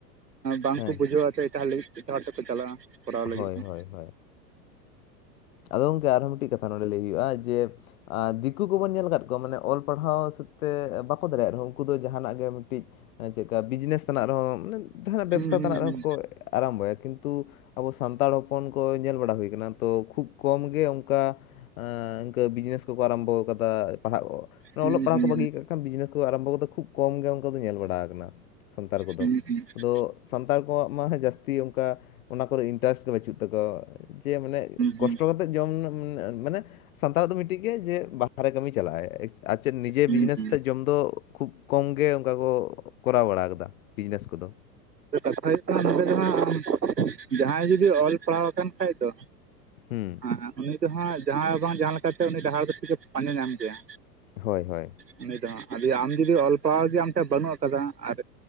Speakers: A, on the right (about 80°); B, on the left (about 55°).
A: ᱵᱟᱝᱠᱚ
B: ᱦᱮᱸ
A: ᱵᱩᱡᱷᱟᱹᱣᱼᱟ ᱛᱚ ᱮᱴᱟᱜ ᱦᱚ ᱞᱟᱹᱜᱤᱫ ᱛᱮ᱾ ᱡᱟᱦᱟᱸ ᱛᱮᱠᱚ ᱪᱟᱞᱟᱜᱼᱟ ᱠᱚᱨᱟᱣ ᱞᱟᱹᱜᱤᱫ
B: ᱦᱳᱭ
A: ᱦᱚᱸ᱾
B: ᱦᱳᱭ ᱦᱳᱭ ᱟᱫᱚ ᱜᱚᱝᱠᱮ ᱟᱨᱦᱚᱸ ᱢᱤᱫᱴᱮᱡ ᱠᱟᱛᱷᱟ ᱱᱚᱰᱮ ᱞᱟᱹᱭ ᱦᱩᱭᱩᱜᱼᱟ ᱡᱮᱼᱼ ᱟᱨ ᱫᱤᱠᱩ ᱠᱚᱵᱚᱱ ᱧᱮᱞ ᱟᱠᱟᱫ ᱠᱚᱣᱟ ᱢᱟᱱᱮ ᱚᱞ ᱯᱟᱲᱦᱟᱣ ᱥᱮᱫ ᱛᱮ ᱵᱟᱠᱚ ᱫᱟᱲᱮᱭᱟᱜ ᱨᱮᱦᱚᱸ ᱩᱱᱠᱩ ᱫᱚ ᱡᱟᱦᱟᱱᱟᱜ ᱜᱮ ᱢᱤᱫᱴᱤᱡᱼᱼ <unintelligible> ᱦᱮᱸ ᱪᱮᱜᱠᱟ ᱵᱤᱡᱽᱱᱮᱥ ᱛᱮᱱᱟᱜ ᱨᱮᱦᱚᱸ ᱢᱟᱱᱮ ᱡᱟᱦᱟᱱᱟᱜ ᱵᱮᱵᱽᱥᱟ
A: ᱦᱚᱸ ᱦᱩᱸ
B: ᱛᱮᱟᱱᱟᱜ
A: ᱦᱩᱸ
B: ᱨᱮᱦᱚᱸ ᱠᱚᱼᱼ ᱟᱨᱟᱢᱵᱚᱭᱟ ᱠᱤᱱᱛᱩ ᱟᱵᱚ ᱥᱟᱱᱛᱟᱲ ᱦᱚᱯᱚᱱ ᱠᱚ ᱧᱮᱞ ᱵᱟᱲᱟ ᱦᱩᱭᱩᱭᱟ ᱟᱠᱟᱱᱟ᱾ ᱛᱚ ᱠᱷᱩᱵ ᱠᱚᱢ ᱜᱮ ᱚᱱᱠᱟ ᱮᱸ ᱤᱱᱠᱟᱹ ᱵᱤᱡᱽᱱᱮᱥ ᱠᱚᱠᱚ ᱟᱨᱚᱢᱵᱚ ᱟᱠᱟᱫᱟ ᱯᱟᱲᱦᱟᱜᱼᱼ ᱚᱞᱚᱜ
A: ᱦᱩᱸ
B: ᱯᱟᱲᱦᱟᱜ ᱠᱚ ᱵᱟᱹᱜᱤ ᱟᱠᱟᱜ ᱠᱷᱟᱱ ᱵᱤᱡᱱᱮᱥ ᱠᱚ ᱟᱨᱚᱢᱵᱚ ᱟᱠᱟᱫᱟ ᱠᱷᱩᱵ ᱠᱚᱢ ᱜᱮ ᱚᱱᱠᱟ ᱫᱚ ᱧᱮᱞ ᱵᱟᱲᱟ ᱟᱠᱟᱱᱟ᱾ ᱥᱟᱱᱛᱟᱲ ᱠᱚᱫᱚ
A: ᱦᱩᱸ ᱦᱩᱸ ᱦᱩᱸ
B: ᱟᱫᱚᱼᱼ ᱥᱟᱱᱛᱟᱲ ᱠᱚᱣᱟᱜ ᱢᱟ ᱦᱮ ᱡᱟᱹᱥᱛᱤ ᱚᱱᱠᱟ ᱚᱱᱟ ᱠᱚᱨᱮ ᱤᱱᱴᱟᱨᱮᱥᱴ ᱜᱮ ᱵᱟᱹᱪᱩᱜ ᱛᱟᱠᱚᱣᱟ ᱡᱮ ᱢᱟᱱᱮᱼᱼ
A: ᱦᱩᱸ
B: ᱠᱚᱥᱴᱚ ᱠᱟᱛᱮᱫ ᱡᱚᱢ ᱩᱢ ᱩᱢ ᱟᱱᱮ ᱥᱟᱱᱛᱟᱲᱟᱜ ᱫᱚ ᱢᱤᱫᱴᱤᱡ ᱜᱮᱭᱟ ᱡᱮ ᱵᱟᱦᱟᱨᱮ ᱠᱟᱹᱢᱤ ᱪᱟᱞᱟᱜ ᱟᱭ᱾ ᱟᱨ ᱪᱮᱫ ᱱᱤᱡᱮ
A: ᱦᱩᱸ
B: ᱵᱤᱡᱽᱱᱮᱥ
A: ᱦᱩᱸ ᱦᱩᱸ
B: ᱛᱮ ᱡᱚᱢ ᱫᱚ ᱠᱷᱩᱵᱼᱼ ᱠᱚᱢ ᱜᱮ ᱚᱱᱠᱟ ᱠᱚ ᱠᱚᱨᱟᱣ ᱵᱟᱲᱟ ᱟᱠᱟᱫᱟ ᱵᱤᱡᱽᱱᱮᱥ ᱠᱚᱫᱚ᱾
A: ᱠᱟᱛᱷᱟ ᱦᱩᱭᱩᱜ ᱠᱟᱱᱟ ᱱᱚᱰᱮ ᱡᱟᱦᱟ ᱡᱟᱦᱟᱸᱭ ᱡᱩᱚᱫᱤ ᱚᱞ ᱯᱟᱲᱦᱟᱣ ᱟᱠᱟᱱ ᱠᱷᱟᱡ ᱫᱚᱼᱼ
B: ᱦᱩᱸ
A: ᱦᱮ ᱦᱮ ᱩᱱᱤ ᱫᱚ ᱦᱟᱸᱜ ᱡᱟᱦᱟᱸ ᱵᱟᱝ ᱡᱟᱦᱟᱸ ᱞᱮᱠᱟᱛᱮ ᱩᱱᱤ ᱰᱟᱦᱟᱨ ᱫᱚ ᱴᱷᱤᱠᱮ ᱯᱟᱸᱡᱟ ᱧᱟᱢ ᱜᱮᱭᱟ᱾
B: ᱦᱳᱭ ᱦᱳᱭ
A: ᱩᱱᱤ ᱫᱚ ᱦᱟᱸᱜ ᱟᱢ ᱡᱩᱫᱤ ᱚᱞ ᱯᱟᱲᱦᱟᱣ ᱡᱮ ᱟᱢ ᱴᱷᱮᱱ ᱵᱟᱹᱱᱩᱜ ᱟᱠᱟᱫᱟ ᱟᱨ